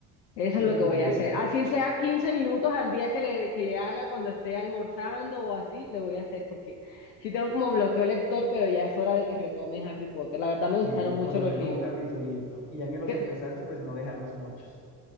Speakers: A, on the left; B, on the left.
A: Eso es
B: Sí,
A: lo que voy
B: deberías.
A: a hacer. Así sea 15 minutos al día que le, que le haga cuando esté almorzando o así, le voy a hacer porque sí tengo como bloqueo lector, pero ya es hora de que retome Harry Potter. La verdad me gustaron
B: Sí,
A: mucho
B: por lo
A: los
B: menos
A: libros.
B: un capitulito. Y ya que los
A: ¿Qué-
B: empezaste, pues no dejar los mochos.